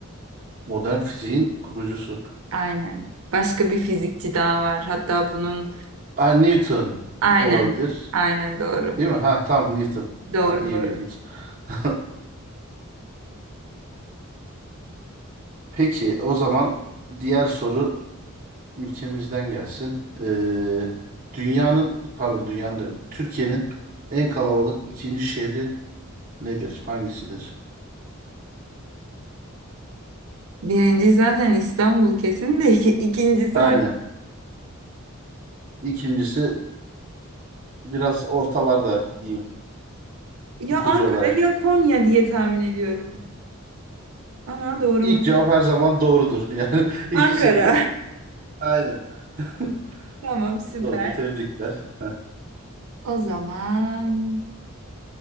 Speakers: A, on the right; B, on the right.
A: Modern fiziğin kurucusu.
B: Aynen. Başka bir fizikçi daha var. Hatta bunun...
A: Ha, Newton
B: Aynen.
A: olabilir.
B: Aynen doğru.
A: Değil mi? Ha tamam Newton.
B: Doğru
A: Ha, iyi
B: doğru.
A: bildik. <laughs> Peki o zaman diğer soru ülkemizden gelsin. Ee, dünyanın pardon dünyanın diyorum. Türkiye'nin en kalabalık ikinci şehri nedir? Hangisidir?
B: Birinci zaten İstanbul kesin de iki- ikincisi
A: Aynen.
B: hangisi?
A: İkincisi biraz ortalarda diyeyim
B: Ya
A: ipucu
B: Ankara
A: olarak.
B: ya Konya diye tahmin ediyorum. Ama doğru
A: İlk
B: mu?
A: cevap her zaman doğrudur. <laughs> Yani ilk
B: Ankara.
A: cevap aynen. <laughs>
B: <laughs> Tamam süper.
A: Doğru tebrikler. Heh.
B: O zaman